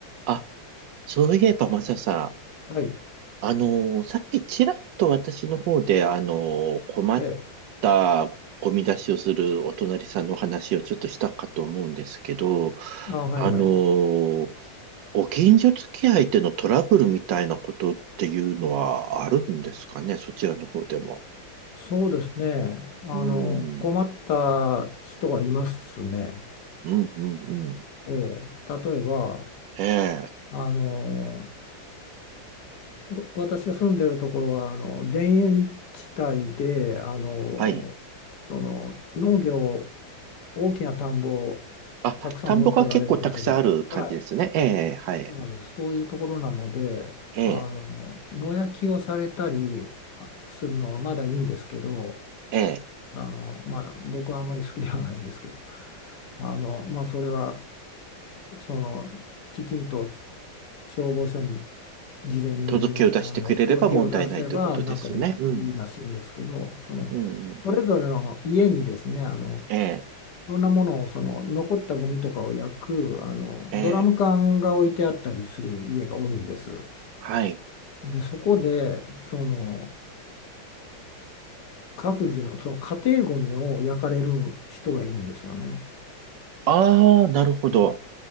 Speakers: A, on the right; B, on the left.
A: あ、そういえば、マサさん、
B: はい。
A: あのーさっきちらっと私の方で、あのー困っ
B: え、
A: たゴミ出しをするお隣さんのお話をちょっとしたかと思うんですけど、
B: あ、はいはい。
A: あのーご近所付き合いでのトラブルみたいなことっていうのはあるんですかね、そちらの方でも。
B: そうですね。あの、
A: うん、
B: 困った人がいますね。
A: うん、うん、うん。
B: ええ、例えば、
A: ええ、
B: あの、わ私が住んでるところは、あの、田園地帯で、あの、
A: はい。
B: その農業、大きな田んぼを
A: あ、
B: たくさん持っておられる方が、
A: 田んぼが結構たくさんある感じですね。
B: はい、
A: ええ、はい。
B: そうなんです。そういうところなので、
A: ええ、
B: あの、野焼きをされたりあするのはまだいいんですけど、
A: ええ。
B: あの、まあ、僕はあんまり好きではないんですけど、あの、まあ、それはそのきちんと消防署に事前にあの届けを出せばなんかできいいらしいんですけど、
A: 届けを出してくれれば問題ないということですね。うん。
B: そのそれぞれの家にですね、
A: うん、うん、うん。
B: あの
A: ええ、
B: いろんなものをその残ったゴミとかを焼くあのドラム缶が置いてあったりする家が多いんです。
A: ええ、はい。
B: で、そこでその各自の、その家庭ゴミを焼かれる人がいるんですよね。
A: ああ、なるほど。
B: うん